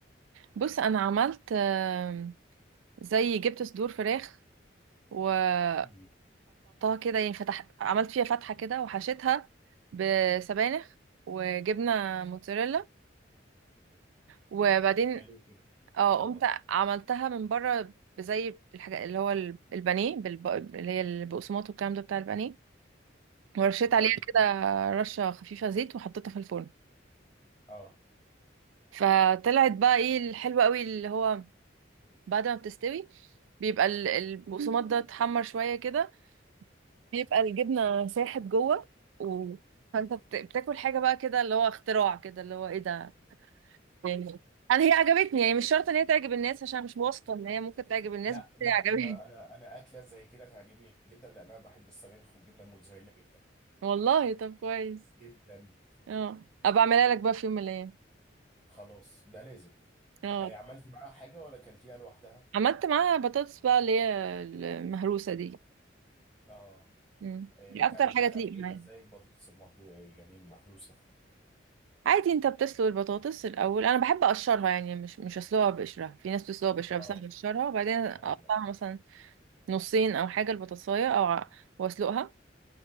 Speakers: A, on the right; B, in the centre.
A: بص انا عملت آم، زي جبت صدور فراخ وقطعتها
B: مم.
A: كده يعني فتح عملت فيها فتحه كده وحشيتها بسبانخ وجبنه موتزاريلا وبعدين
B: حلو كده
A: اه
B: حلو
A: قمت
B: ده
A: عملتها من بره بزي الحاجة اللي هو ال- البانيه بالب... اللي هي البقسماط والكلام ده بتاع البانيه ورشيت
B: وقالتي
A: عليها كده رشة خفيفة زيت وحطيتها في الفرن
B: اه
A: فطلعت بقى ايه الحلوة قوي اللي هو بعد ما بتستوي بيبقى ال- البقسماط ده اتحمر شوية كده بيبقى الجبنة ساحت جوه و... فانت بت... بتاكل حاجة بقى كده اللي هو اختراع كده اللي هو ايه ده يعني انا هي عجبتني يعني مش شرط ان هي تعجب الناس عشان مش واثقة ان هي ممكن تعجب الناس
B: لا
A: بس
B: لا
A: هي عجبتني
B: انا انا انا اكله زي كده تعجبني جدا لان انا بحب السبانخ والجبنه الموتزاريلا جدا
A: والله طب كويس
B: جدا
A: اه ابقى اعملها لك بقى في يوم من الايام
B: خلاص ده لازم
A: اه
B: آه، عملتي معاها حاجه ولا اكلتيها لوحدها
A: عملت معاها بطاطس بقى اللي هي المهروسه دي
B: اه
A: مم.
B: آه،
A: دي
B: بتعم-
A: اكتر حاجه
B: بتعمليها
A: تليق معايا
B: ازاي البطاطس المحروسه يعني المحروسه
A: عادي انت بتسلق البطاطس الاول انا بحب اقشرها يعني مش مش اسلقها بقشرها في ناس بتسلقها بقشرها
B: اه
A: بس انا بقشرها وبعدين اقطعها
B: ايوه
A: مثلا نصين او حاجه البطاطسايه او ع- واسلقها